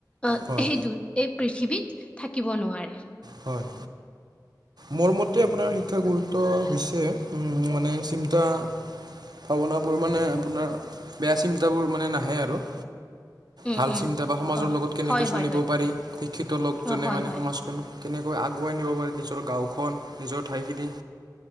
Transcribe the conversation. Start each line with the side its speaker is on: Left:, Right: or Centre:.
Left: আহ
Right: হয়
Left: এইটো এই পৃথিৱীত থাকিব নোৱাৰে।
Right: হয় মোৰ মতে আপোনাৰ শিক্ষা গুৰুত্ব হৈছে উম মানে চিন্তা ভাৱনাবোৰ মানে আপোনাৰ বেয়া চিন্তাবোৰ মানে নাহে আৰু
Left: উম
Right: ভাল
Left: উম
Right: চিন্তা বা সমাজৰ
Left: অ
Right: লগত কেনেকে
Left: হয়
Right: চলিব
Left: হয় হয়
Right: পাৰি শিক্ষিত লোক
Left: অ
Right: জনে
Left: হয়
Right: মানে
Left: হয়
Right: সমাজখন কেনেকৈ আগুৱাই নিব পাৰি নিজৰ গাঁওখন নিজৰ ঠাইখিনি